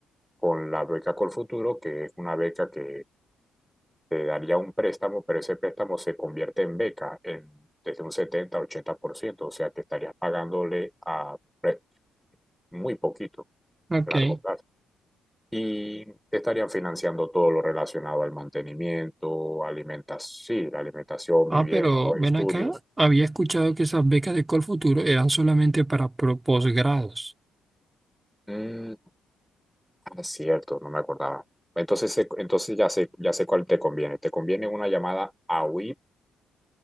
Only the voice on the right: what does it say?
ok.
Ah,
pero
ven
acá, había escuchado que esas becas de Colfuturo eran solamente para pro- posgrados,